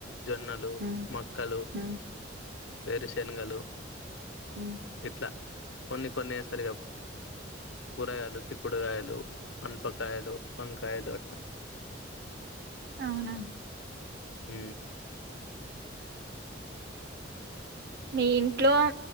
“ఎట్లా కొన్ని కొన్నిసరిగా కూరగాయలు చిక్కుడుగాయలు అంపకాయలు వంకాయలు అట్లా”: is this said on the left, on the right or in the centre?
Left